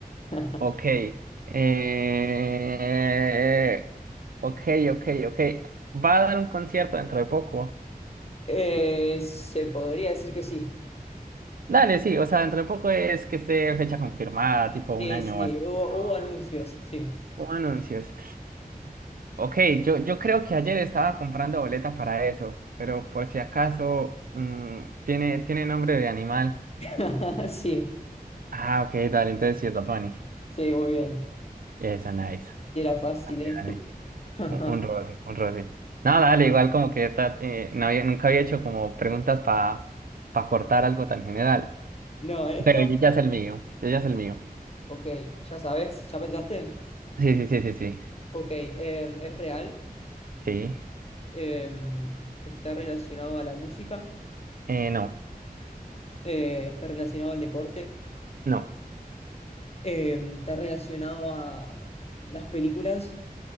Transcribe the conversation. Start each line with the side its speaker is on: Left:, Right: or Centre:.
Left: <laughs>
Right: Ok. Eh... Ok, ok, ok. ¿Va a dar un concierto dentro de poco?
Left: Eh, se podría decir que sí.
Right: Dale, sí. O sea, dentro de poco es que esté fecha confirmada, tipo un
Left: Sí,
Right: año
Left: sí,
Right: o así.
Left: hubo,
Right: No.
Left: hubo anuncios, sí.
Right: O anuncios. Ok, yo, yo creo que ayer estaba comprando boleta para eso, pero por si acaso mm, tiene, tiene nombre de animal.
Left: <laughs> Sí,
Right: Ah, ok, dale, entonces sí es Bad Bunny.
Left: sí, muy bien.
Right: Eso, nice.
Left: Sí, Era fácil,
Right: Dale,
Left: ¿eh?
Right: dale.
Left: <laughs>
Right: Un, un roce, un roce. No, dale, igual como que ta- eh, no había- nunca había hecho como preguntas para cortar algo tan general.
Left: No, eh, está...
Right: Pero yo ya es el mío, yo ya es el mío.
Left: Ok, ya sabes, ¿ya pensaste?
Right: Sí, sí, sí, sí, sí.
Left: Ok, eh, es real,
Right: Sí.
Left: eh, está relacionado a la música,
Right: Eh, no,
Left: eh, está relacionado al deporte.
Right: no.
Left: Eh, está relacionado a las películas.